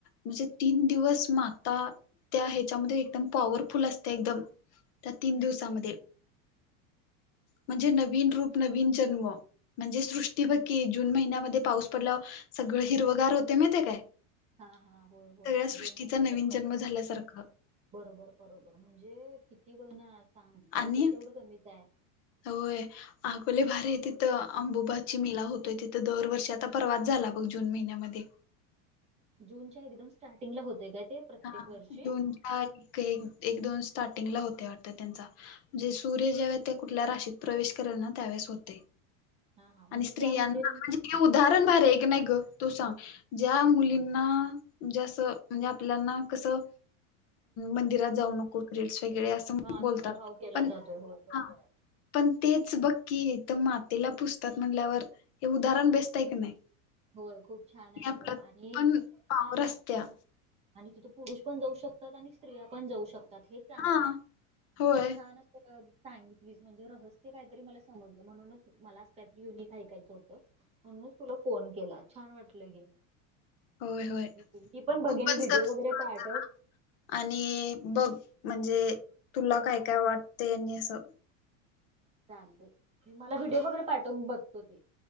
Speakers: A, on the left; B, on the right.
A: म्हणजे तीन दिवस माता, त्या ह्याच्यामध्ये एकदम पॉवरफुल असत्या, एकदम त्या तीन
B: हम्म.
A: दिवसामध्ये, म्हणजे नवीन रूप, नवीन जन्म म्हणजे सृष्टी बघ की, जून महिन्यामध्ये पाऊस पडला सगळं हिरवगार होतय, माहितीय काय?
B: हा हा, होय होय,
A: सगळ्या सृष्टीचा
B: जून महिन्याच
A: नवीन
B: स्टार्टिंग
A: जन्म झाल्यासारखं
B: बरोबर बरोबर, म्हणजे किती बघ ना, सांग
A: आणि
B: ऐकल तेवढं कमीच आहे.
A: होय. आग लई भारी हाय तिथं, अंबुबाची मेला होतोय तिथं दरवर्षी, आता परवात झाला बघ जून महिन्यामध्ये.
B: जूनच्या एकदम स्टार्टिंगला होतय काय ते? प्रत्येक
A: हा,
B: वर्षी
A: जूनच्या एक, एक दोन स्टार्टिंगला होतय वाटत त्यांचा म्हणजे सूर्य ज्यावेळी त्या कुठल्या राशीत प्रवेश करल ना, त्यावेळेस होतय.
B: हा हा म्हणजे
A: आणि स्त्रियांना
B: त्या मंदिर
A: हे उदाहरण भारी हाय काय नाही ग, तू सांग? ज्या मुलींना म्हणजे अस आपल्याना कसं मंदिरात जाऊ नको, पिरियडस वगैरे असं
B: हा तुझा
A: बोलतात,
B: भाव केला
A: पण
B: जातोय होय बरोबर
A: हा
B: आहे.
A: पण तेच बक्की, हित मातेला पुजतात, म्हणल्यावर हे उदाहरण बबेस्ट हाय की नाही?
B: होय खूप छान आहे
A: हे आपलं
B: ग, आणि
A: पण पावर
B: हा,
A: असत्या
B: आणि आणि तिथ पुरुष पण जाऊ शकतात, आणि स्त्रिया पण जाऊ शकतात, हे चांगलं
A: हा
B: आहे,
A: होय
B: आणि खूप छान सांगितलीस म्हणजे रहस्य काहीतरी मला समजलं म्हणूनच मला अस काहीतरी युनिक ऐकायचं होतं. म्हणूनच तुला फोन केला छान वाटलं घे
A: होय होय
B: मी पण बघेन
A: तू
B: व्हिडिओ
A: सर्च
B: वगैरे
A: कर
B: पाहाठव
A: जरा आणि बघ म्हणजे तुला काय काय वाटतेय आणि असं
B: चालतय मला व्हिडिओ वगैरे पाठव मी बघतो ते.